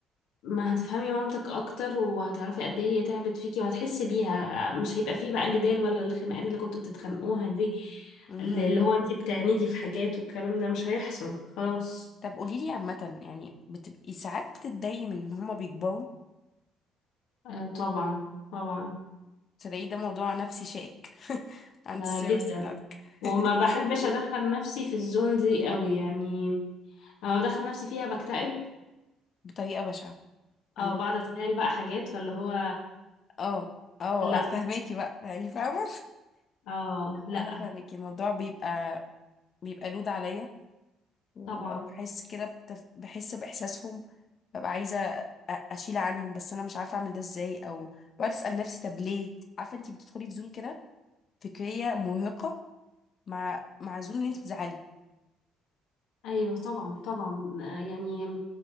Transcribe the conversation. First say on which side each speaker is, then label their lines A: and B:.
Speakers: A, on the left; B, on the left.
A: ما هتفهمي مامتك اكتر وهتعرفي قد ايه هي تعبت فيكي وهتحسي بيها مش هيبقى فيه بقى جدال ولا الخناقات اللي كنتوا بتتخانقوها دي
B: مهم.
A: اللي اللي هو انتي بتعنيدي في حاجات والكلام ده مش هيحصل خلاص
B: طب قولي لي عامه يعني بتبقي ساعات بتتضايقي من ان هما بيكبروا
A: آه طبعا طبعا
B: تلاقي ده موضوع نفسي شائك <laughs> عند
A: ده
B: السيرفس
A: جدا
B: بتاعتك
A: وما بحبش
B: <laughs>
A: ادخل نفسي في الزون دي قوي يعني لما بدخل نفسي فيها بكتئب
B: بطريقه بشعه عندك
A: او بقعد
B: حق.
A: اتخيل بقى حاجات فاللي هو
B: اه اه
A: لا
B: آه، فهماكي بقى يعني فاهمه
A: اه لا
B: انا فاهمك الموضوع بيبقى بيبقى لود عليا وبحس
A: طبعا
B: كده بتف... بحس باحساسهم ببقى عايزه أ- اشيل عنهم بس انا مش عارفه اعمل ده ازاي او بقعد اسال نفسي طب ليه عارفه انت بتدخلي في زون كده فكريه مرهقه مع مع زون ان انت بتزعلي
A: ايوه طبعا طبعا آه، يعني